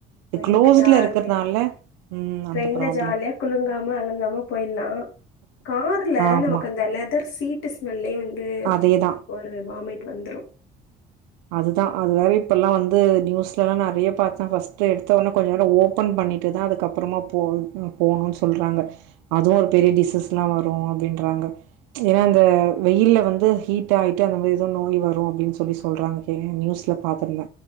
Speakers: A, on the right; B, on the left.
A: இது
B: ட்ரெய்ன்ல
A: க்ளோஸ்ட்ல
B: ஜாலியா
A: இருக்கறனால ம்
B: ட்ரெய்ன்ல
A: அந்த ப்ராப்ளம்
B: ஜாலியா குழுங்காம அழுங்காம போய்ட்லா. கார்ல
A: ஆமா
B: நமக்கு அந்த லெதர் சீட் டு ஸ்மெ உள்ளயே வந்து
A: அதேதா
B: ஒரு வாமிட் வந்துரு
A: அதுதா அது வேற இப்பல்லா வந்து நியூஸ்லல்லா நெறைய பாத்த. ஃப்ஸ்ட்டு எடுத்த உன கொஞ்சோண்ட ஓபன் பண்ணிட்டுதா அதுக்கப்றமா போ போணுனு சொல்றாங்க. அதுவு ஒரு பெரிய டிசிஸ்ல்லா வரு அப்டின்றாங்க. ஏனா அந்த வெயில்ல வந்து ஹீட் ஆயிட்டு அந்த மாரி ஏதோ நோய் வரூ அப்டின் சொல்லி சொ சொல்றாங்க சேரின் நியூஸ்ல பாத்துருந்த.